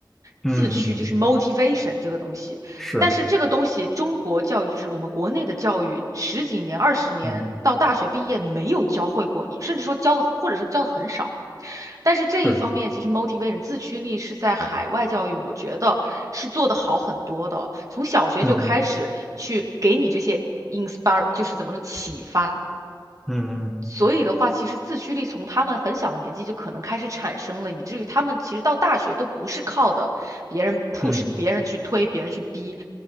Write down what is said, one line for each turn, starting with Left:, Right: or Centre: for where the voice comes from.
Centre: 嗯，
Right: 自驱就是 motivation 这个东西。
Centre: 是，
Right: 但是这个东西，中国教育就是我们国内的教育，十几年、二十年到大学毕业没有教会过你，
Centre: 嗯
Right: 甚至说教的，或者说教的很少。但是这一方面，
Centre: 是，
Right: 其实 motivation 自驱力是在海外教育，我觉得是做得好很多的。从小学就开始去给你这些
Centre: 嗯
Right: inspire，就是怎么说启发，
Centre: 嗯嗯
Right: 所以的话，其实自驱力从他们很小的年纪就可能开始产生了，以至于他们其实到大学都不是靠的别人 push、
Centre: 嗯
Right: 别人去推、别人去逼，